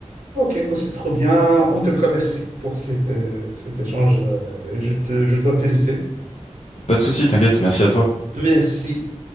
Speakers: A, on the right; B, on the left.
A: Ok, quoi, c'est trop bien. En tout cas, merci pour cet, euh, cet échange. euh, et je te, je dois te laisser.
B: Pas de souci, t'inquiète, merci à toi.
A: Merci.